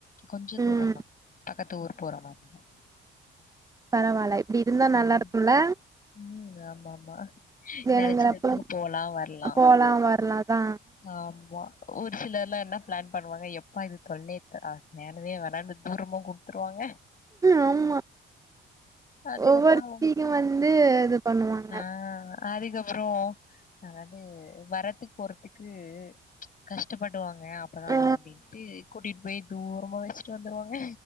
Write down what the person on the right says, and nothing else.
ம்
பரவால இப்டி இருந்தா நல்லா
இருக்கும்ல
வேணுங்கிறப்போ
போலா வரலா தா
ஆமா
ஒவ்வொருத்தியு வந்து இது பண்ணுவாங்க
ஆ